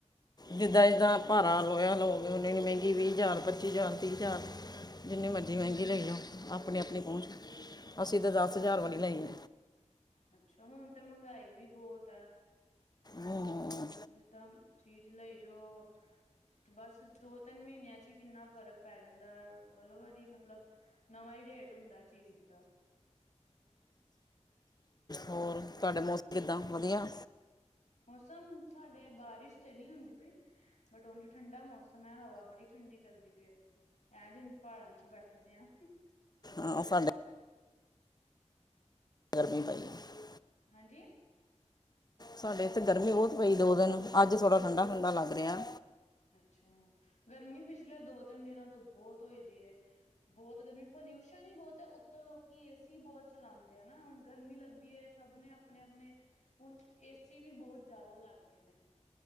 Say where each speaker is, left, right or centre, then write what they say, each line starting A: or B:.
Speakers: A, on the left; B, on the left.
A: ਜਿੱਦਾਂ- ਜਿੱਦਾਂ ਭਾਰਾ ਹੋਇਆ ਲੋਹਾ ਲਾਵੋ। ਉਹਨੇ ਨੇ ਮਹਿੰਗੀ ਵੀਹ ਹਜ਼ਾਰ, ਪੱਚੀ ਹਜ਼ਾਰ, ਤੀਹ ਹਜ਼ਾਰ। ਜਿੰਨੀ ਮਰਜ਼ੀ ਮਹਿੰਗੀ ਲਈ ਆ ਆਪਣੀ-ਆਪਣੀ ਪਹੁੰਚ ਅਸੀਂ ਤਾਂ ਦਸ ਹਜ਼ਾਰ ਵਾਲੀ ਲਈ ਏ।
B: ਅੱਛਾ, ਹੁਣ ਤੇ ਮਹਿੰਗਾਈ ਵੀ ਬਹੁਤ ਏ। ਮਤਲਬ
A: ਹਮ,
B: ਜਿੱਦਾਂ ਚੀਜ਼ ਲਈ ਜਾਓ। ਬਸ ਦੋ, ਤਿੰਨ ਮਹੀਨਿਆਂ ਹੀ ਕਿੰਨਾ ਫ਼ਰਕ ਪੈ ਜਾਂਦਾ ਹਰ ਵਾਰੀ ਮਤਲਬ ਨਵਾਂ ਹੀ ਰੇਟ ਹੁੰਦਾ ਚੀਜ਼ ਦਾ।
A: ਹੋਰ ਤੁਹਾਡੇ ਮੌਸਮ ਕਿੱਦਾਂ ਵਧੀਆ।
B: ਮੌਸਮ ਸਾਡੇ ਬਾਰਿਸ਼ ਤੇ ਨਹੀਂ ਹੁੰਦੀ ਪਈ ਬਟ ਉਝ ਠੰਡਾ ਮੌਸਮ। ਇਸ ਸਮੇ ਹਵਾ ਬੜੀ ਠੰਡੀ ਚੱਲਦੀ ਪਈ ਏ। ਐਂ ਜਿਵੇ ਪਹਾੜਾਂ ਚ ਬੈਠੇ ਦੇ ਆ।
A: ਆਹ ਸਾਡੇ ਗਰਮੀ‌ ਪਈ। ਹੈ
B: ਹਾਂਜੀ।
A: ਸਾਡੇ ਇੱਥੇ ਗਰਮੀ ਬਹੁਤ ਪਈ ਐ ਦੋ ਦਿਨ। ਅੱਜ ਥੋੜਾ ਠੰਡਾ-ਠੰਡਾ ਲੱਗ ਰਿਹਾ।
B: ਅੱਛਾ, ਗਰਮੀ ਪਿਛਲੇ ਦੋ, ਤਿੰਨ ਦਿਨਾਂ ਤੋਂ ਬਹੁਤ ਹੋ ਦੀ ਐ। ਬਹੁਤ ਗਰਮੀ ਪੋਲਿਊਸ਼ਨ ਹੀ ਬਹੁਤ ਏ, ਉੱਤੋਂ ਲੋਕੀ ਏ ਸੀ ਬਹੁਤ ਚਲਾਉਂਦੇ ਆ ਨਾ ਹੁਣ ਗਰਮੀ ਲੱਗਦੀ ਏ। ਸਭ ਨੇ ਆਪਣੇ-ਆਪਣੇ ਹੁਣ ਏ ਸੀ ਵੀ ਬਹੁਤ ਜ਼ਿਆਦਾ ਲੱਗ ਗਏ ਨੇ।